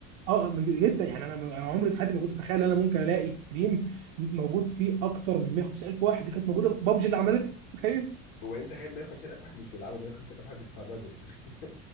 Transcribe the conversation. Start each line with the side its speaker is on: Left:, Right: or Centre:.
Right: اه م- جدا يعني انا م- أنا عمري في حياتي ما كنت اتخيل ان انا ممكن الاقي ستريم موجود فيه اكتر من 150,000 واحد دي كانت موجوده بابجي اللي عملتها تخيل
Left: وأنت تخيل 150 ألف واحد مش بيلعبوا 150 ألف واحد بيتفرجوا <laughs>